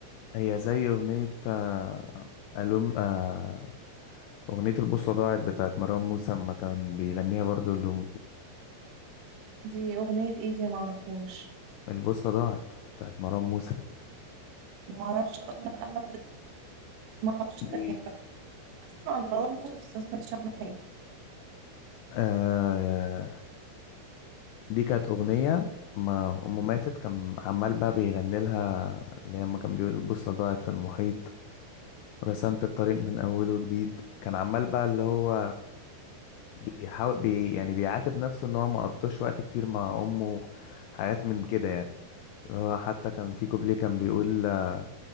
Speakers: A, on the left; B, on the right.
A: هي زي اغنيه آه، الوم آه، اغنيه البوصله ضاعت بتاعت مروان موسى اما كان بيغنيها برضو لامه
B: دي أغنية إيه دي معرفوش
A: البوصله ضاعت بتاعت مروان موسى
B: معرفش أصلا أنا ما معرفش يعني
A: دي
B: بسمع مروان موسى بس ما سمعتش عنها حاجة
A: آه دي كانت اغنيه ما امه ماتت كان عمال بقى بيغني لها اللي هي اما كان بيقول البوصله ضاعت في المحيط رسمت الطريق من أول وجديد كان عمال بقى اللي هو بيحاول بي يعني بيعاتب نفسه ان هو ما قضاش وقت كتير مع امه حاجات من كده يعني هو حتى كان في كوبليه كان بيقول آه،